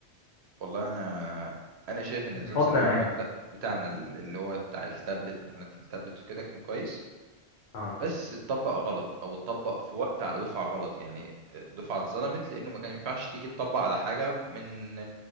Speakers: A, on the right; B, on the left.
A: والله انا انا شايف ان
B: بتفضل
A: نظام ثانوية عامة
B: انهي
A: بتاع... بتاعنا ال- اللي هو بتاع التابلت امتحانات التابلت وكده كان كويس
B: اه
A: بس اتطبق غلط او اتطبق في وقت على دفعة غلط يعني دفعة اتظلمت لانه ما كان ينفعش تيجي تطبق على حاجة من